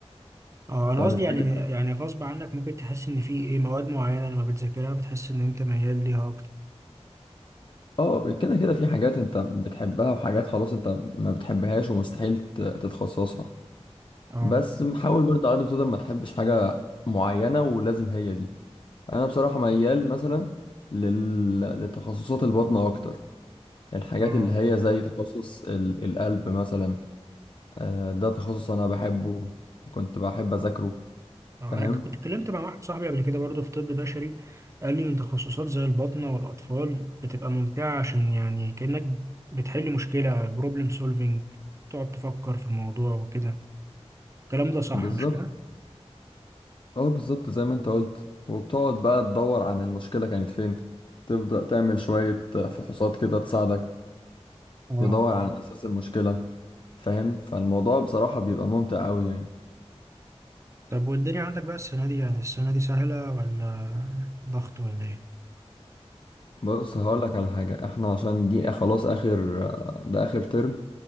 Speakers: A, on the right; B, on the left.
A: اه انا
B: فاهم
A: قصدي
B: الفكرة؟
A: يعني يعني غصب عنك ممكن تحس ان في ايه مواد معينه لما بتذاكرها بتحس ان انت ميال ليها اكتر
B: اه كده كده في حاجات انت بتحبها وحاجات خلاص انت ما بتحبهاش ومستحيل ت- تتخصصها
A: اه
B: بس حاول برضه على قد ما تقدر ما تحبش حاجة معينة ولازم هي دي انا بصراحة ميال مثلا لل... لتخصصات البطنة اكتر الحاجات
A: اه
B: اللي هي زي تخصص ال- القلب مثلا آه، ده تخصص انا بحبه كنت بحب اذاكره
A: آه،
B: فاهم
A: انا كنت اتكلمت مع واحد صاحبي قبل كده برضه في طب بشري قال لي ان تخصصات زي الباطنه والاطفال بتبقى ممتعه عشان يعني كانك بتحل مشكله بروبلم سولفينج تقعد تفكر في الموضوع وكده الكلام ده صح
B: بالظبط
A: مش كده
B: اه بالظبط زي ما انت قلت وبتقعد بقى تدور عن المشكلة كانت فين تبدأ تعمل شوية فحوصات كده تساعدك
A: اه
B: تدور عن اساس المشكلة فاهم فالموضوع بصراحة بيبقى ممتع قوي يعني
A: طب والدنيا عندك بقى السنه دي يعني السنه دي سهله ولا ضغط ولا ايه
B: بص هقولك على حاجة احنا عشان دي خلاص اخر آه، ده اخر ترم